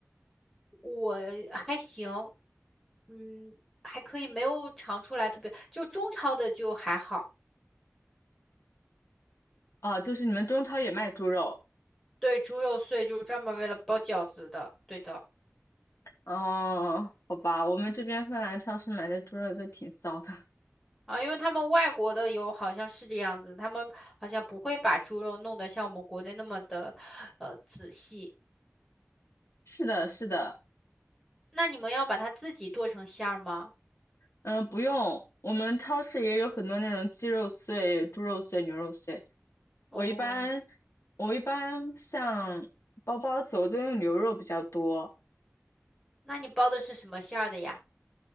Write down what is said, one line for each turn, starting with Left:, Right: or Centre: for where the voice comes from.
Centre: 我还行，嗯，还可以，没有尝出来特别，就中超的就还好。
Left: 哦，就是你们中超也卖猪肉。
Centre: 对，猪肉碎就是专门为了包饺子的，对的
Left: 哦，好吧，我们这边芬兰超市买的猪肉就挺骚的。
Centre: 啊，因为他们外国的有好像是这样子，他们好像不会把猪肉弄得像我们国内那么的呃仔细。
Left: <laughs> 是的，是的，
Centre: 那你们要把它自己剁成馅儿吗？
Left: 嗯，不用，我们超市也有很多那种鸡肉碎、猪肉碎、牛肉碎。
Centre: 哦，
Left: 我一般，我一般像包包子，我就用牛肉比较多。
Centre: 那你包的是什么馅儿的呀？